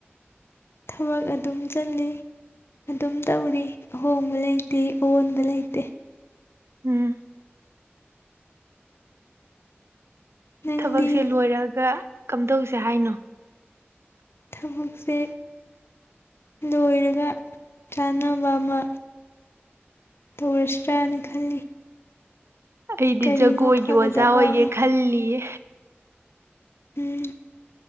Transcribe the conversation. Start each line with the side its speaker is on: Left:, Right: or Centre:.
Left: ꯊꯕꯛ ꯑꯗꯨꯝ ꯆꯜꯂꯤꯠ ꯑꯗꯨꯝ ꯇꯧꯔꯤ ꯑꯍꯣꯡꯕ ꯂꯩꯇꯦ ꯑꯑꯣꯟꯕ ꯂꯩꯇꯦ
Right: ꯎꯝ
Left: ꯅꯪꯗꯤ
Right: ꯊꯕꯛꯁꯦ ꯂꯣꯏꯔꯒ ꯀꯝꯗꯧꯁꯦ ꯍꯥꯏꯅꯣ
Left: ꯊꯕꯛꯁꯦ ꯂꯣꯏꯔꯒ ꯆꯥꯟꯅꯕ ꯑꯃ ꯇꯧꯔꯁꯤ꯭ꯔꯥꯅ ꯈꯜꯂꯤ
Right: ꯑꯩꯗꯤ
Left: ꯀꯔꯤꯅꯣ
Right: ꯖꯒꯣꯏꯒꯤ
Left: ꯐꯒꯗꯕ
Right: ꯑꯣꯖꯥ ꯑꯣꯏꯒꯦ
Left: ꯑꯃ
Right: ꯈꯜꯂꯤꯌꯦ
Left: ꯎꯝ